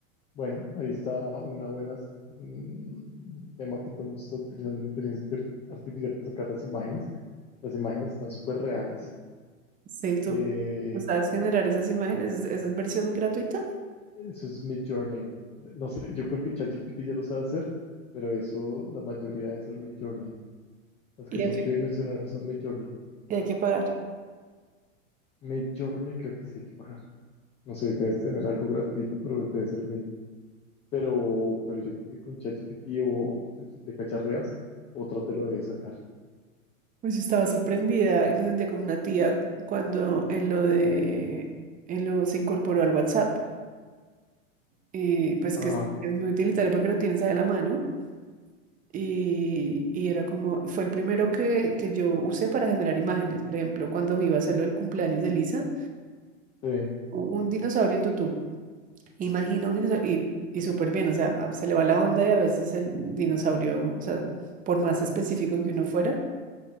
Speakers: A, on the left (about 15°); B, on the right (about 20°).
A: Bueno, ahí está una buena mm, tema que todo el mundo está utilizando la inteligencia artificial para sacar las imágenes. Las imágenes están súper reales.
B: Sí, tú,
A: Eh,
B: ¿tú sabes generar esas imágenes, ¿Es es versión gratuita.
A: eso es Mid Journey. No sé, yo creo que ChatGPT ya lo sabe hacer, pero eso la mayoría debe ser Mid Journey. Las
B: Y
A: que son
B: eso
A: tridimensionales son Mid Journey.
B: y hay que pagar.
A: Mid Journey creo que sí hay que pagar. No sé, debes tener algo gratuito, pero debe ser mínimo. Pero, pero yo creo que con ChatGPT o le cacharreas, otra te lo debe sacar.
B: Pues estaba sorprendida y me sentía como una tía cuando en lo de, en lo se incorporó al WhatsApp. Y pues
A: Ah,
B: que es, es muy utilitario porque lo tienes ahí a la mano. Y, y era como, fue el primero que, que yo usé para generar imágenes. Por ejemplo, cuando iba a hacerlo el cumpleaños de Lisa,
A: sí.
B: u- un dinosaurio en tutú. Imagina un dinosaurio y, y súper bien, o sea, a- se le va la onda y a veces el dinosaurio, o sea, por más específico que uno fuera.